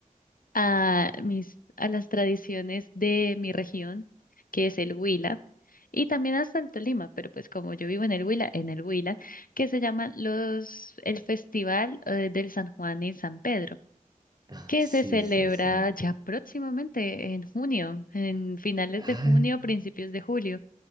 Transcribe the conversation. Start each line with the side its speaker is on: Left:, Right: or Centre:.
Left: a mis, a las tradiciones de mi región, que es el Huila, y también hasta el Tolima, pero pues como yo vivo en el Huila, en el Huila, que se llaman los, el Festival eh, del San Juan y San Pedro,
Right: Ah,
Left: que
Right: sí,
Left: se celebra
Right: sí, sí.
Left: ya próximamente en junio, en finales
Right: Ah,
Left: de junio, principios de julio.